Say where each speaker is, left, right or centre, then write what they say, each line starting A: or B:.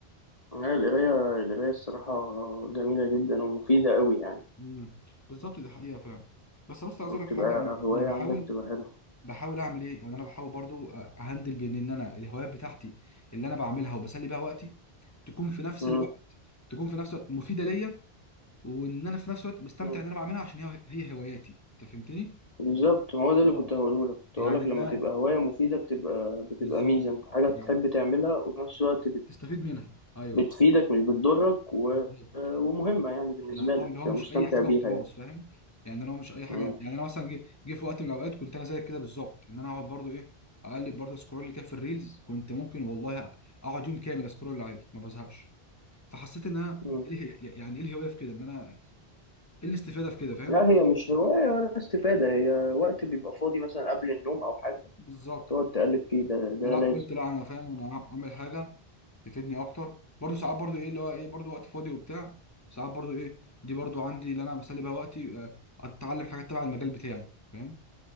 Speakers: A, on the left; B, on the left.
A: هي القراية القراية الصراحة جميلة جدا ومفيدة أوي يعني
B: مم. بالظبط دي حقيقه فعلا بس بص عايز
A: مم.
B: اقول
A: بتبقى
B: لك حاجه يعني
A: هواية
B: انا بحاول
A: عندك بتبقى حلوة
B: بحاول اعمل ايه يعني انا بحاول برضو اهندل بين ان انا الهوايات بتاعتي اللي انا بعملها وبسلي بيها وقتي تكون في نفس
A: مم.
B: الوقت تكون في نفس الوقت مفيده ليا وان انا في نفس الوقت بستمتع
A: مم.
B: ان انا بعملها عشان هي هي هواياتي انت فهمتني
A: بالظبط ما هو ده اللي
B: اه
A: كنت هقوله لك كنت
B: يعني
A: هقول لك
B: ده
A: لما تبقى هواية مفيدة بتبقى بتبقى
B: بالظبط
A: ميزة انت حاجة
B: يعني
A: بتحب تعملها وفي نفس الوقت
B: تستفيد منها ايوه
A: بتفيدك مش بتضرك و...
B: بالظبط
A: ومهمة يعني بالنسبة
B: يعني اه
A: لك
B: اللي هو
A: تبقى
B: مش
A: مستمتع
B: اي حاجه
A: بيها
B: وخلاص
A: يعني
B: فاهم يعني انا هو مش اي حاجه
A: مم.
B: يعني انا مثلا جه جه في وقت من الاوقات كنت انا زيك كده بالظبط ان انا اقعد برضو ايه اقلب برضو سكرول كده في الريلز كنت ممكن والله اقعد يوم كامل اسكرول عادي ما بزهقش فحسيت ان انا
A: مم.
B: ايه اله- يعني ايه الهوايه في كده ان انا ايه الاستفاده في كده فاهم
A: لا هي مش هواية ولا استفادة هي وقت بيبقى فاضي مثلا قبل النوم أو حاجة
B: بالظبط
A: تقعد تقلب فيه ده ده
B: فلا
A: لازم
B: قلت لا انا فاهم انا اعمل حاجه تفيدني اكتر برضو ساعات برضو ايه اللي هو ايه برضو وقت فاضي وبتاع ساعات برضو ايه دي برضو عندي اللي انا بسلي بيها وقتي آه، اتعلم حاجات تبع المجال بتاعي فاهم